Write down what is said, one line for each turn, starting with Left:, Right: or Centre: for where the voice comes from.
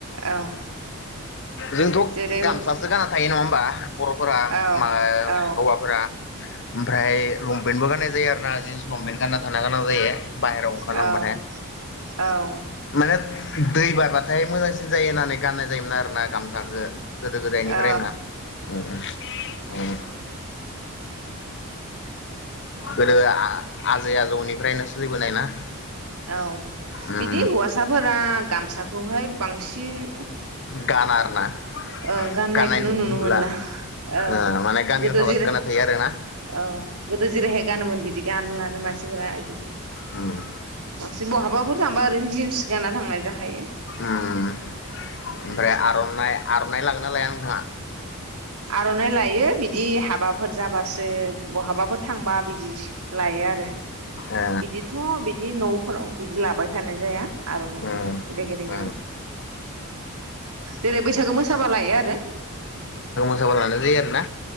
Right: औ
Left: जोंथ'
Right: जेरै
Left: गामसासो
Right: औ
Left: गानना थायो नङा होमबा बर'फोरा
Right: औ
Left: मा
Right: औ
Left: हौवाफोरा ओमफ्राय लंपेन्टबो गाननाय जायो आरो ना जिन्स लंपेन्ट गानना थाना गोनां जायो बाहेरायाव ओंखारलांबाथाय
Right: औ औ
Left: माने दै बारबाथाय मोजांसिन जायो होननानै गाननाय जायोमोन आरोना गामसाखौ गोदो गोदायनिफ्राय
Right: औ
Left: ना ओम ओम <unintelligible> गोदो आजै आजौनिफ्रायनो सोलिबोनाय ना
Right: औ
Left: उम
Right: बिदि हौवासाफोरा गामसा खौहाय बांसिन
Left: गाना आरोना
Right: ओं गाननायखौनो
Left: गाननाय नुला
Right: नुनो मोनला ओं
Left: ओ माने गामियाव
Right: गोदो
Left: थाबासो
Right: जेरै
Left: गानना थायो आरोना
Right: औ गोदो जेरैहाय गानोमोन बिदि गानलानो मानसिफोरा बि
Left: उम
Right: बहाबाफोर थांबा ओरैनो जिन्स गाना थांनाय जाखायो
Left: ओम
Right: बिदिनोसै
Left: ओमफ्राय
Right: आरो
Left: आर'नाइ आर'नाइ लाङोना ना लाया नोंथाङा
Right: आर'नाइ लायो बिदि ह माबाफोर जाबासो बहाबाफोर थांबा बिदि लायो आरो
Left: ओ
Right: बिदिथ बिदि नफोराव बिदि लाबाय थानाय जाया आरनाइखौहाय
Left: उम
Right: जेरै
Left: उम
Right: आं जेरै बैसागो मोसाबा लायो आरो
Left: औ लानाय जायो आरोना